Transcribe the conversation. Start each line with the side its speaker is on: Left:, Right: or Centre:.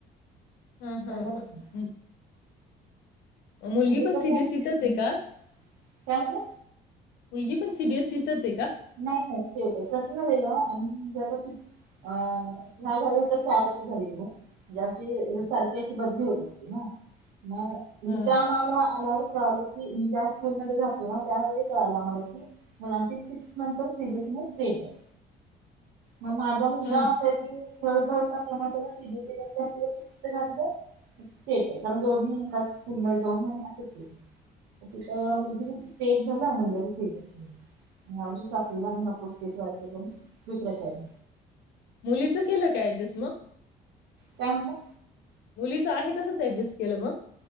Left: हा हा
Right: पहिल्यापासून
Left: हा हम्म, मुलगी
Right: म्हणजे
Left: पण
Right: कसं
Left: सी बी एस सी तच
Right: काय
Left: आहे का?
Right: म्हटला?
Left: मुलगी, पण सी बी एस सी तच आहे का?
Right: नाही नाही स्टेट आहे, कसं झालेला आम्ही जे आता सी आ ह्या झाली आता चार वर्ष झालेलो म्हणजे आमची सारखी अशी बदली होत असती हा. <unintelligible> म
Left: हां,
Right: इथे आम्हाला अलाउड कॉल ती मी ज्या स्कूलमध्ये राहातो ना, त्यावेळी कळालं आम्हाला की मुलांची सिक्स नंतर सी बी एस सी नाय स्टेट आहे. म माझा मुलगा,
Left: हां.
Right: काहीतरी थर्डला होता तेव्हा त्याला सी बी एस सी ला घातला तिला सिक्स्थ घातलय स्टेट आहे, कारण दोन्ही एका स्कूल मध्ये जाऊन <unintelligible> तिथं मुलगीचा स्टेट झाला मुलग्याच्या सी बी एस सी या वर्षी सातवीला आणि नकोस स्टेट <unintelligible> दुसऱ्या शाळेत
Left: मुलीचं केलं काय ऍडजस्ट मग?
Right: काय हो?
Left: मुलीच आहे तसचं ऍडजस्ट केलं मग?